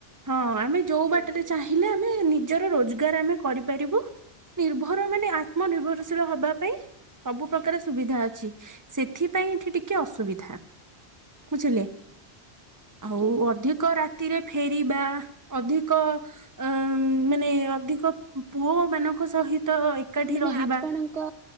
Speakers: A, on the right (about 20°); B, on the right (about 80°).
A: ହଁ, ଆମେ ଯୋଉ
B: ଇଏ କରିପାରିବେ।
A: ବାଟରେ ଚାହିଁ। ହେଲେ ଆମେ ନିଜର ରୋଜଗାର ଆମେ କରିପାରିବୁ। ନିର୍ଭର ମାନେ ଆତ୍ମନିର୍ଭରଶୀଳ ହବା ପାଇଁ। ସବୁ ପ୍ରକାର ସୁବିଧା ଅଛି। ସେଥିପାଇଁ, ଏଠି ଟିକେ ଅସୁବିଧା।
B: ଆଛା
A: ବୁଝିଲେ?
B: ଆଜ୍ଞା
A: ଆଉ ଅଧିକ ରାତିରେ ଫେରିବା। ଅଧିକ ଅ ମାନେ ଅଧିକ ପୁଅ ମାନଙ୍କ ସହିତ। ଏକାଠି
B: ତାମାନେ
A: ରହିବା
B: ଆପଣ। ଙ୍କ